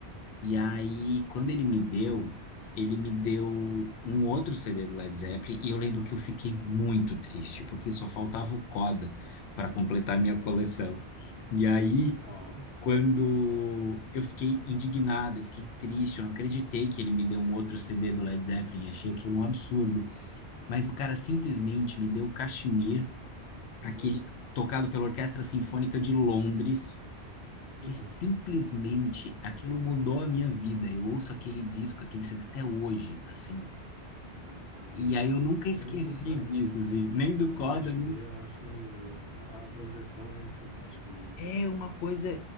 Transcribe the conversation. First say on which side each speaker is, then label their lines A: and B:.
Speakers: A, on the left; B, on the left.
A: E aí, quando ele me deu, ele me deu um outro CD do Led Zeppelin e eu lembro que eu fiquei muito triste, porque só faltava o Coda para completar a minha coleção. E aí,
B: Ó,
A: quando eu fiquei indignado, eu fiquei triste, eu não acreditei que ele me deu um outro CD do Led Zeppelin, achei aquilo um absurdo. Mas o cara simplesmente me deu Kashmir, aquele
B: putz.
A: tocado pela Orquestra Sinfônica de Londres que
B: <laughs>
A: simplesmente aquilo mudou a minha vida. Eu ouço aquele disco, aquele CD até hoje, assim.
B: É, cara,
A: E
B: é, mu-
A: aí eu nunca esqueci
B: é muito complexo.
A: disso, assim, nem do Coda,
B: Cashmere,
A: nem...
B: eu acho a, a- a progressão é fantástica mesmo.
A: É uma coisa